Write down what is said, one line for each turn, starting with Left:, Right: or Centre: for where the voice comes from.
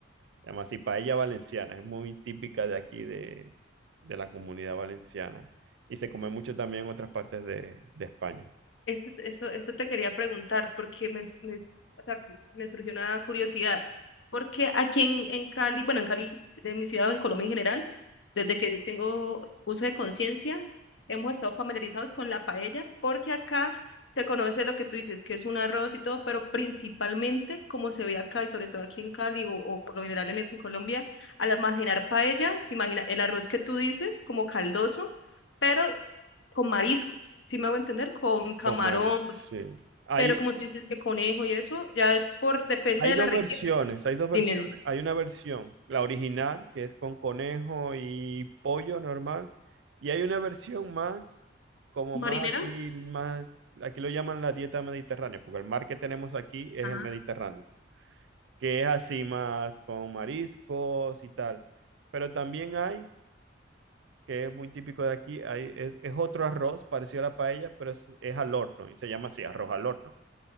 Right: Además, y paella valenciana, es muy típica de aquí, de, de la comunidad valenciana. Y se come mucho también en otras partes de de España.
Left: Eso, eso, eso te quería preguntar, porque me, me, o sea, me surgió una curiosidad. Porque aquí en, en Cali, bueno, en Cali, de mi ciudad o en Colombia en general, desde que tengo uso de conciencia, hemos estado familiarizados con la paella, porque acá se conoce lo que tú dices, que es un arroz y todo, pero principalmente, como se ve acá, y sobre todo aquí en Cali o, o por lo general en, en Colombia, al imaginar paella, se imagina el arroz que tú dices como caldoso pero con mariscos, si me hago entender? Con camarón,
Right: Con Mari,
Left: pues,
Right: sí. Hay,
Left: pero como tú dices que conejo y eso, ya es por, depende
Right: hay
Left: de
Right: dos
Left: la región.
Right: versiones, hay dos versiones.
Left: Dime, dime.
Right: Hay una versión, la original, que es con conejo y pollo normal, y hay una versión más, como más
Left: ¿Marinera?
Right: así, más, aquí lo llaman la dieta mediterránea, porque el mar que tenemos aquí es
Left: Ah,
Right: el Mediterráneo, que es así más con mariscos y tal. Pero también hay, que es muy típico de aquí, hay, es, es otro arroz parecido a la paella, pero es, es al horno, y se llama así, arroz al horno.